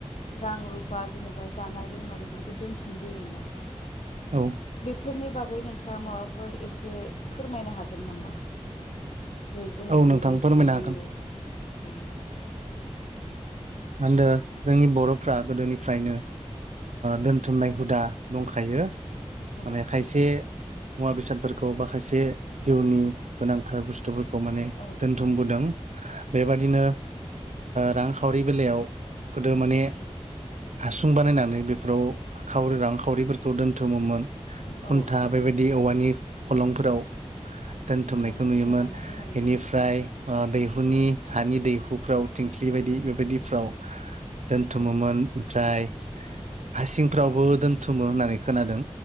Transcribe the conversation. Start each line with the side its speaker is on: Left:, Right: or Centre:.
Left: रां रुफा जेनेबा जानाय लोंनाय बेफोरखौ दोन्थुमबोयोना
Right: औ
Left: बेफोरनि बागै आगै नोंथाङा माबाफोर एसे फोरमायनो हागोन नामा जे जों
Right: औ
Left: बोरै
Right: नोंथां
Left: दोनथुमबोयो
Right: फोरमायनो हागोन
Left: औ
Right: मादो जोंनि बर'फ्रा गोदोनिफ्रायनो दोनथुमनाय हुदा दंखायो
Left: औ
Right: माने खायसे
Left: औ।
Right: मुवा बेसादफोरखौ माखायसे जिउनि गोनांथार बुस्थुफोरखौ माने
Left: औ
Right: दोनथुमबोदों बेबादिनो रांखावरि बेलायाव गोदो माने हासुं बानायनानै बेफोराव खावरि रां खावरिफोरखौ दोन्थुमोमोन खुन्था
Left: औ
Right: बेबायदि औवानि खलंफोराव दोनथुमनायखौ
Left: औ
Right: नुयोमोन
Left: सोनानै दोनोमोन
Right: ओमफ्राय दैहुनि हानि दैहुफ्राव थिंख्लि बायदि बेबायदिफ्राव दोनथुमोमोन
Left: ओं
Right: ओमफ्राय हासिंफ्रावबो दोनथुमो होननानै खोनादों